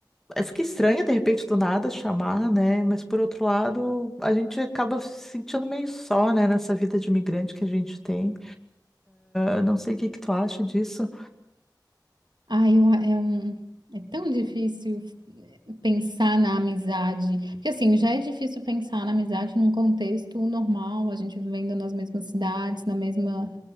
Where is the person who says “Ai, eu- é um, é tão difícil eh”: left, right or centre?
Right